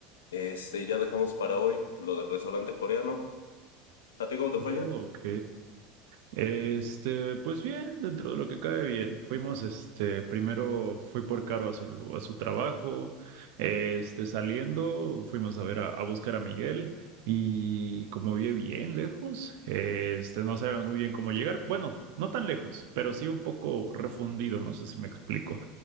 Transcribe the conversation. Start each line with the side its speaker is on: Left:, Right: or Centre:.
Left: Este, y ya dejamos para hoy lo del restaurante coreano. ¿A ti cómo te
Right: Oh,
Left: fue ayer?
Right: ok. Este, pues bien, dentro de lo que cae bien. Fuimos, este, primero fui por Caro a su, a su trabajo, este, saliendo, fuimos a ver a, a buscar a Miguel y como vive bien lejos, este, no sabíamos muy bien cómo llegar. Bueno, no tan lejos, pero sí un poco refundido, no sé si me explico.